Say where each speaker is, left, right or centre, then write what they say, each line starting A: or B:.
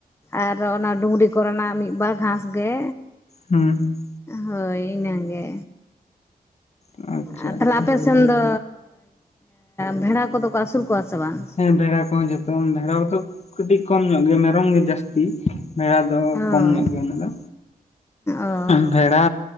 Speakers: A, on the left; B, on the left.
A: ᱟᱨ ᱚᱱᱟ ᱰᱩᱝᱨᱤ ᱠᱚ ᱨᱮᱱᱟᱜ ᱢᱤᱫ ᱵᱟᱨ ᱜᱷᱟᱸᱥ ᱜᱮ
B: ᱦᱩᱸ
A: ᱦᱳᱭ ᱤᱱᱟᱹ ᱜᱮ
B: ᱟᱪᱪᱷᱟ
A: ᱟᱨ ᱛᱟᱦᱚᱞᱮ
B: ᱟᱪᱪᱷᱟ
A: ᱟᱯᱮ ᱥᱮᱱ ᱫᱚ ᱵᱷᱮᱲᱟ ᱠᱚᱫᱚ ᱠᱚ ᱟᱥᱩᱞ ᱠᱚᱣᱟ ᱥᱮ ᱵᱟᱝ
B: ᱦᱮᱸ ᱵᱷᱮᱲᱟ ᱠᱚᱦᱚᱸ ᱡᱚᱛᱚ ᱵᱷᱮᱲᱟ ᱠᱚᱫᱚ ᱠᱟᱹᱴᱤᱡ ᱠᱚᱢ ᱧᱚᱜ ᱜᱮ ᱢᱮᱨᱚᱢ ᱜᱮ ᱡᱟᱹᱥᱛᱤ ᱵᱷᱮᱲᱟ ᱫᱚ
A: ᱚ
B: ᱠᱚᱢ ᱧᱚᱜ ᱜᱮᱭᱟ ᱚᱱᱟ ᱫᱚ
A: ᱚ
B: ᱵᱷᱮᱲᱟ